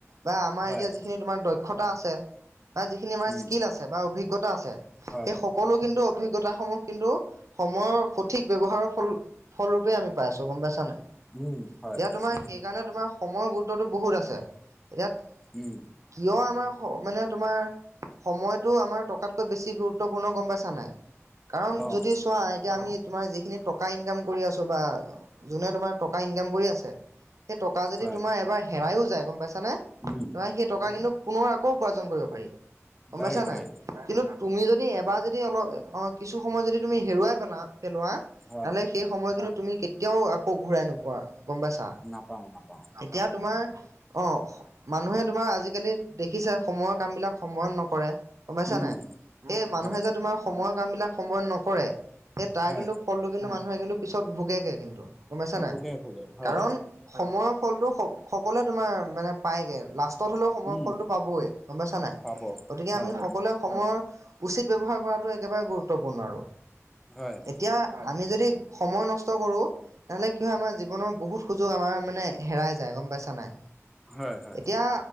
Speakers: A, on the right; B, in the centre.
A: বা আমাৰ
B: হয়,
A: এতিয়া যিখিনি তোমাৰ দক্ষতা আছে। বা যিখিনি আমাৰ
B: উম,
A: স্কিল আছে বা অভিজ্ঞতা আছে
B: হয়,
A: সেই। সকলো কিন্তু অভিজ্ঞতাসমূহ কিন্তু সময়ৰ সঠিক ব্যৱহাৰৰ ফল। ফলৰূপে আমি পাই আছো গম পাইছা নাই।
B: উম হয়
A: এতিয়া
B: হয়।
A: তোমাৰ সেইকাৰণে তোমাৰ সময়ৰ গুৰুত্বটো বহুত আছে ইয়াত।
B: উম।
A: কিয় আমাৰ হ মানে তোমাৰ সময়টো আমাৰ টকাতকৈ বেছি গুৰুত্বপূৰ্ণ গম পাইছা। ছা নাই কাৰণ
B: অ',
A: যদি চোৱা এতিয়া আমি তোমাৰ যিখিনি টকা ইনকাম কৰি আছো বা যোনে তোমাৰ টকা ইনকাম কৰি আছে সেই টকা যদি
B: হয়,
A: তোমাৰ এবাৰ হেৰাইও যায় গম পাইছা নে। তোমাৰ
B: উম,
A: সেই টকা কিন্তু পুনৰ আকৌ উপাৰ্জন কৰিব পাৰি গম
B: পাৰি,
A: পাইছা নাই।
B: পাৰি,
A: কিন্তু তুমি যদি এবাৰ যদি অলপ অ কিছু সময় যদি তুমি হেৰুৱাই পেলা পেলোৱা।
B: হয়,
A: মানে সেই সময় কিনু তুমি কেতিয়াও আকৌ ঘূৰাই নোপোৱা গম পাইছা।
B: নাপাওঁ অ।
A: এতিয়া তোমাৰ অ। মানুহে তোমাৰ আজিকালি দেখিছে সময়ৰ কাম বিলাক সময়ত নকৰে। গমাইছা
B: উম,
A: নাই এই মানুহে
B: হয়,
A: যে তোমাৰ সময়ৰ কাম বিলাক সময় নকৰে সেই তাৰ
B: হয়,
A: কিন্তু। ফলটো কিন্তু মানুহে কিন্তু পিছত ভোগেগে কিন্তু গুম পাইছা নাই
B: ভোগে, ভোগে, হয়,
A: কাৰণ। সময়ৰ ফলটো স সকলোৱে তোমাৰ মানে পায়গে লাষ্ট। তত হলেও সময়ৰ
B: উম,
A: ফলটো পাবে গম পাইছা নাই
B: পাব,
A: গতিকে
B: হয়,
A: আমি সকলোৱে সময়ৰ। উচিত ব্যৱহাৰ কৰাটো একেবাৰে গুৰুত্বপূৰ্ণ আৰু
B: হয়,
A: এতিয়া। আমি যদি সময় নষ্ট কৰো তেনেহ'লে কি হয় আমাৰ জীৱনৰ বহুত সুযোগ আমাৰ মানে। হেৰাই যায় গম পাইছা নাই
B: হয়, হয়,
A: এতিয়া।